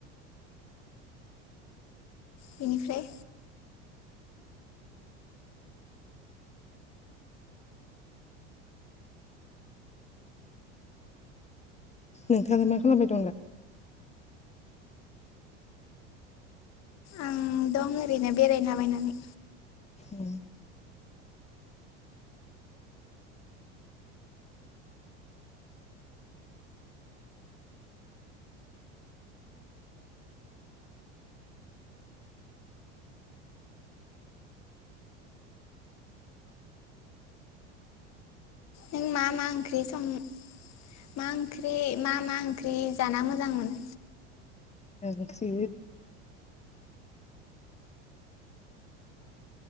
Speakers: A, on the left; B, on the left.
A: बेनिफ्राय
B: नोंथाङा मा खालामबाय दं दा
A: आं दं ओरैनो बेरायना बायनानै
B: उ
A: नों मा मा ओंख्रि सं म मा ओंख्रि मा मा ओंख्रि जाना मोजां मोनो?
B: गासैबो